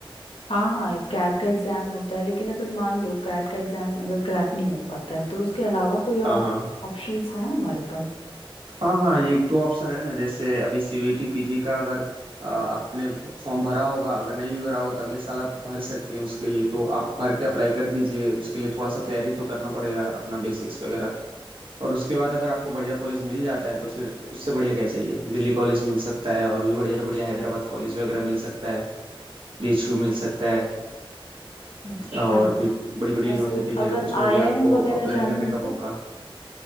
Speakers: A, on the left (about 85°); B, on the right (about 70°).
A: हाँ हाँ एक कैट का एग्जाम होता है लेकिन अगर मान लो कैट का एग्जाम अगर क्रैक नहीं हो पाता है तो उसके अलावा कोई
B: हाँ
A: और
B: हाँ
A: ऑप्शंस हैं हमारे पास
B: हाँ हाँ ये एक दो ऑप्शन है ना जैसे अभी सीयूईटी पीजी का अगर अ, आपने फॉर्म भरा होगा अगर नहीं भी भरा होगा तो अगले साल आप भर सकती हैं उसके लिए तो आप भर के अप्लाई कर दीजिए उसके लिए थोड़ा सा तैयारी तो करना पड़ेगा अपना बेसिक्स वगैरह और उसके बाद अगर आपको बढ़िया कॉलेज मिल जाता है तो फिर उससे बढ़िया क्या चाहिए दिल्ली कॉलेज मिल सकता है और भी बढ़िया बढ़िया हैदराबाद कॉलेज वगैरह मिल सकता है बीएचयू मिल सकता है
A: अच्छा
B: और भी बड़ी बड़ी यूनिवर्सिटीज
A: ऐसे
B: है
A: अगर
B: उसमें
A: आईआईएम
B: भी आपको
A: वगैरह
B: अप्लाई
A: जाने
B: करने
A: हो
B: का
A: तो
B: मौका